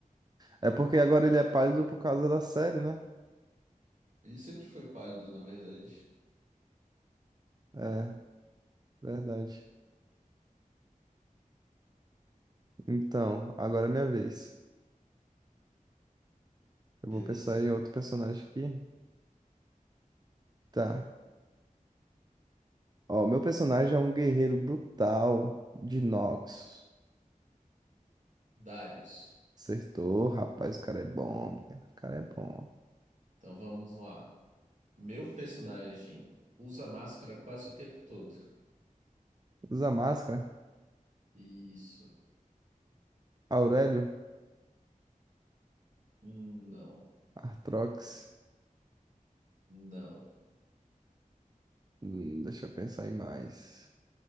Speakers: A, on the right; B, on the right.
A: É porque agora ele é pálido por causa da série, né?
B: Ele sempre foi pálido, na verdade.
A: É, verdade. Então, agora é minha vez.
B: Beleza.
A: Eu vou pensar em outro personagem aqui. Tá. Ó, meu personagem é um guerreiro brutal de Noxus.
B: Darius.
A: Acertou, rapaz, o cara é bom, minha. O cara é bom.
B: Então vamos lá. Meu personagem usa máscara quase o tempo todo.
A: Usa máscara.
B: Isso.
A: Aurélio?
B: Não.
A: Artrox.
B: Não.
A: Hum, deixa eu pensar aí mais.